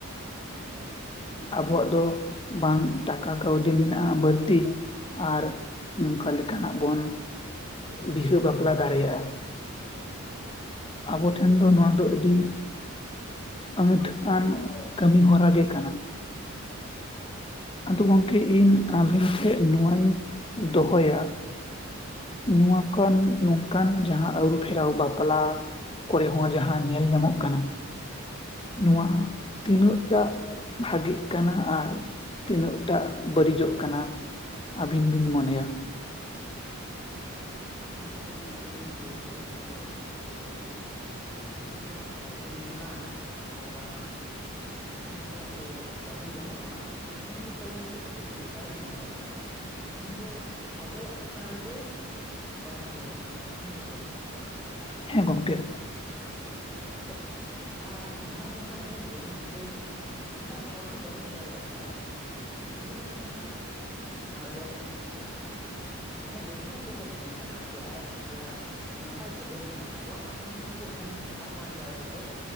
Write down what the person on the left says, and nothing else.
ᱟᱵᱚᱣᱟᱜ ᱫᱚ ᱵᱟᱝ ᱴᱟᱠᱟ ᱠᱟᱹᱣᱰᱤ ᱢᱮᱱᱟᱜᱼᱟ ᱵᱟᱹᱲᱛᱤ ᱟᱨ ᱚᱱᱠᱟ ᱞᱮᱠᱟᱱᱟᱜ ᱵᱚᱱ ᱵᱤᱦᱟᱹ ᱵᱟᱯᱞᱟ ᱫᱟᱲᱮᱭᱟᱜᱼᱟ
ᱟᱵᱚ
ᱴᱷᱮᱱ ᱮ ᱫᱚ ᱱᱚᱣᱟ ᱫᱚ ᱟᱹᱰᱤ ᱟᱹᱛ ᱟᱱ ᱠᱟᱹᱢᱤ ᱦᱚᱨᱟ ᱜᱮ ᱠᱟᱱᱟ᱾
ᱟᱫᱚ ᱜᱚᱢᱠᱮ ᱤᱧ ᱟᱵᱤᱱ ᱴᱷᱮᱱ ᱱᱚᱣᱟᱧ ᱫᱚᱦᱚᱭᱟ?
ᱱᱚᱣᱟᱠ ᱱᱚᱝᱠᱟᱱ ᱡᱟᱦᱟᱸ ᱟᱹᱨᱩᱯᱷᱮᱨᱟᱣ ᱵᱟᱯᱞᱟ᱾ ᱠᱚᱨᱮ ᱦᱚᱸ ᱡᱟᱦᱟᱸ ᱧᱮᱞ ᱧᱟᱢᱚᱜ ᱠᱟᱱᱟ ᱱᱚᱣᱟ
ᱛᱤᱱᱟᱹᱜ? ᱫᱟᱜ ᱵᱷᱟᱜᱤᱜ ᱠᱟᱱᱟ ᱟᱨ ᱛᱤᱱᱟᱹᱜ ᱴᱟᱜ ᱵᱟᱹᱲᱤᱡᱚᱜ ᱠᱟᱱᱟ᱾ ᱟᱹᱵᱤᱱ ᱵᱤᱱ ᱢᱚᱱᱮᱭᱟ
ᱦᱮᱸ ᱜᱚᱝᱠᱮ